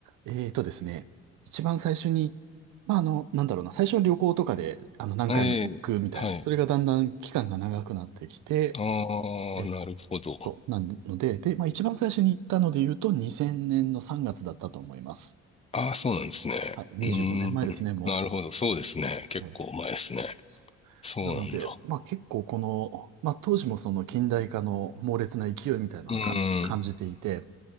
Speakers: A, on the right; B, on the left.
A: えーとですね、一番最初に、まあ、あの、なんだろうな、最初は旅行とかで、あの、何回も行くみたいな、
B: ええ、はい。
A: それがだんだん期間が長くなってきて、
B: ああ、
A: え、
B: なるほど。
A: そうなので、で、まあ、一番最初に行ったので言うと、2000年の3月だったと思います。
B: ああ、そうなんですね。
A: はい、25年前ですね、
B: うーん、
A: も
B: なるほど。そうですね。結構前ですね。
A: う。ええそ
B: そうなんだ。
A: うなので、まあ、結構この、まあ、当時もその近代化の猛烈な勢いみたいなのは感じ感じていて、
B: うーん、